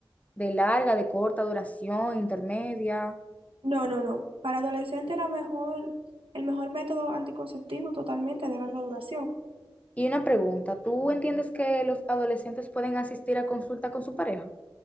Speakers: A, on the left; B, on the right.
A: ¿De larga, de corta duración, intermedia?
B: No, no, no. Para adolescentes la mejor, el mejor método anticonceptivo totalmente de larga duración.
A: Y una pregunta, ¿tú entiendes que los adolescentes pueden asistir a consulta con su pareja?